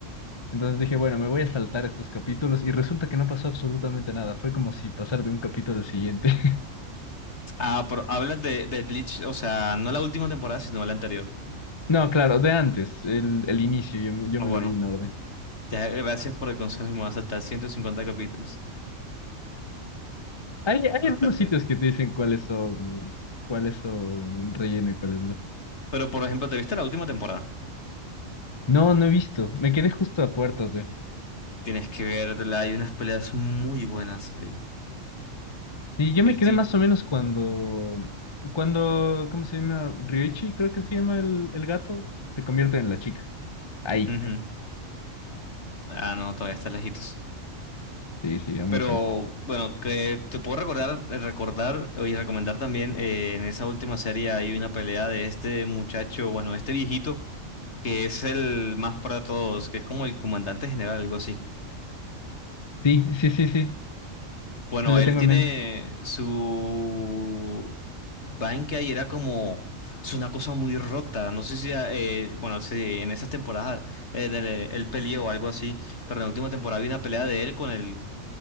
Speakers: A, on the left (about 30°); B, on the left (about 55°).
A: Entonces dije, bueno, me voy a saltar estos capítulos y resulta que no pasó absolutamente nada. Fue como si pasar de un capítulo al siguiente. <laughs>
B: Ah, pero hablas de, de Bleach, o sea, no la última temporada, sino la anterior.
A: No, claro, de antes, el, el inicio, yo me, yo
B: Ah,
A: me
B: Bueno,
A: lo vi en orden.
B: ya, gracias por el consejo y me voy a saltar 150 capítulos.
A: Hay, hay
B: Totalmente.
A: algunos sitios que te dicen cuáles son, cuáles son relleno y cuáles no.
B: Pero por ejemplo, ¿te viste la última temporada?
A: No, no he visto. Me quedé justo a puertas de.
B: Tienes que verla, hay unas peleas muy buenas ahí.
A: Y yo
B: El
A: me quedé
B: tip.
A: más o menos cuando, cuando, ¿cómo se llama? Ryoichi, creo que se llama el, el gato, se convierte en la chica. Ahí.
B: Ujú. Ah, no, todavía está lejitos.
A: Sí, sí, ya me
B: Pero
A: falta.
B: bueno, que te puedo recordar, eh, recordar eh, y recomendar también, eh, en esa última serie hay una pelea de este muchacho, bueno, este viejito, que es el más para todos, que es como el comandante general, algo así.
A: Sí, sí, sí, sí.
B: Bueno,
A: La
B: él
A: tengo
B: tiene
A: en mente.
B: su banca y era como es una cosa muy rota. No sé si ah, eh, bueno, si en esas temporadas eh, de- él peleó o algo así, pero en la última temporada vi una pelea de él con el